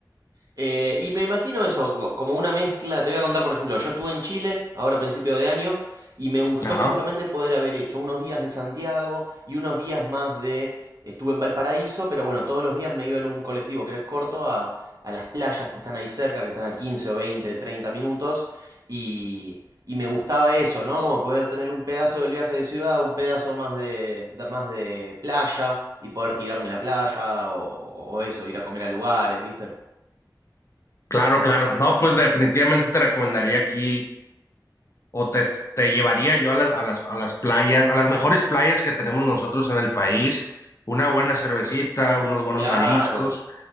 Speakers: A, on the right (about 55°); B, on the left (about 40°).
A: Eh, y me imagino eso, co- como una mezcla. Te voy a contar, por ejemplo, yo estuve en Chile ahora a principio de año y me gustó
B: Ajá.
A: justamente poder haber hecho unos días de Santiago y unos días más de... Estuve en Valparaíso, pero bueno, todos los días me iba en un colectivo que es corto a, a las playas que están ahí cerca, que están a 15 o 20 30 minutos. Y, y me gustaba eso, ¿no? Como poder tener un pedazo del viaje de ciudad, un pedazo más de, de- más de playa y poder tirarme en la playa o, o eso, ir a comer a lugares, ¿viste?
B: Claro, claro. No, pues definitivamente te recomendaría aquí o te, te llevaría yo a las, a las, a las playas, a las mejores playas que tenemos nosotros en el país, una buena cervecita, unos buenos
A: Claro,
B: mariscos